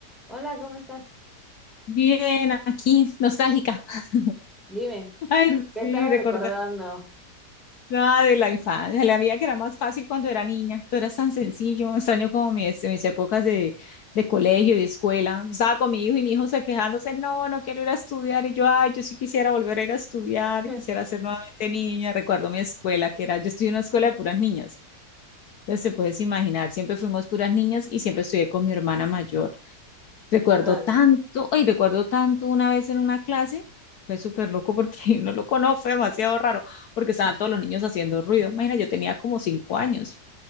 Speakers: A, in the centre; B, on the left.
A: Hola, ¿cómo estás?
B: Bien, aquí, nostálgica. <laughs>
A: Dime,
B: Ay,
A: ¿qué
B: sí,
A: estaba
B: recordar
A: recordando?
B: nada de la infancia, de la vida que era más fácil cuando era niña. Todo era tan sencillo, extraño como mis, mis épocas de, de colegio, de escuela. Estaba con mi hijo y mi hijo se quejándose, no, no quiero ir a estudiar. Y yo, ay, yo sí quisiera volver a ir a estudiar,
A: <laughs>
B: quisiera ser nuevamente niña. Recuerdo mi escuela, que era, yo estudié en una escuela de puras niñas. Entonces, te puedes imaginar, siempre fuimos puras niñas y siempre estudié con mi hermana mayor. Recuerdo
A: Órale,
B: tanto, ay, recuerdo tanto una vez en una clase, fue súper loco porque <laughs> no lo conozco, fue demasiado raro, porque estaban todos los niños haciendo ruido. Imagina, yo tenía como cinco años